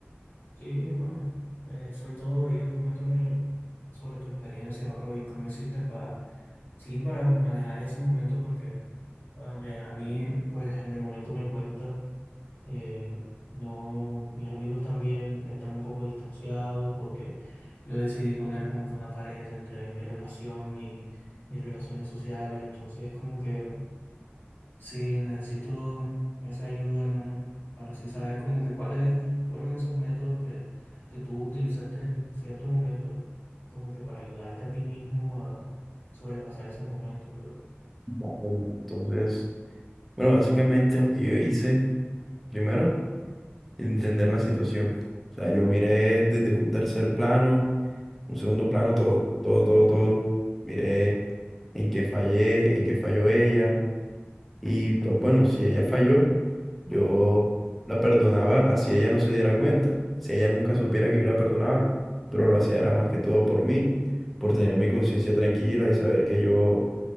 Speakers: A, on the left; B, in the centre.
A: Sí, hermano, eh, soy todo oídos. Cuéntame sobre tu experiencia, bro, y cómo hiciste para, sí, para manejar ese momento, porque a me- a mí, pues, en el momento me cuesta. eh, no, mis amigos también están un poco distanciados porque yo decidí poner como que una pared entre mi relación y mis relaciones sociales. Entonces, como que Sí, necesito esa ayuda, hermano, para así saber como que cuáles fueron esos métodos que, que tú utilizaste en cierto momento, como que para ayudarte a ti mismo a sobrepasar ese momento, mi bro.
B: Vale, hermano. Entonces, bueno, básicamente lo que yo hice, primero. entender la situación. O sea, yo miré desde un tercer plano, un segundo plano, todo, todo, todo, todo. Miré en qué fallé, en qué falló ella. Y pues bueno, si ella falló, yo la perdonaba así ella no se diera cuenta. Si ella nunca supiera que yo la perdonaba, pero lo hacía era más que todo por mí, por tener mi conciencia tranquila y saber que yo